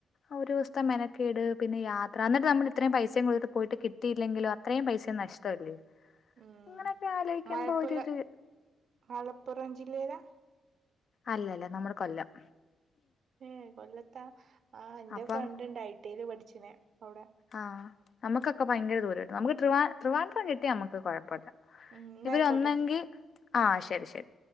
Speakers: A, on the left; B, on the right.
A: ഒരു ദിവസത്തെ മെനക്കേട് പിന്നെ യാത്ര എന്നിട്ട് നമ്മൾ ഇത്രയും പൈസയും കൊടുത്ത് പോയിട്ട് കിട്ട ട്ടിയില്ലെങ്കിലോ അത്രയും പൈസ നഷ്ടമല്ലേ
B: ഉം
A: അങ്ങനെയൊക്കെ ആലോചിക്കുമ്പോ
B: മലപ്പുഴ
A: ഒരിത്
B: മലപ്പുറം ജില്ലയിലാ
A: അല്ല അല്ല നമ്മള് കൊല്ലം
B: ഏ കൊല്ലത്താ ആ എൻ്റെ
A: അപ്പം
B: ഫ്രണ്ടിണ്ട് ഐ ടിൽ പഠികനേ അവിടെ
A: ആഹ് നമുക്കെക്കെ ഭയരങ്ക ദൂരം കിട്ട നമുക്ക് ട്രിവാൻ ട്രിവാൻഡ്രം കിട്ടിയ നമുക്ക് കുഴപ്പമില്ല
B: ഉം ന്നാ
A: ഇവരൊന്നെങ്കിൽ
B: ആയിക്കോട്ടെ
A: ആ ശരി ശരി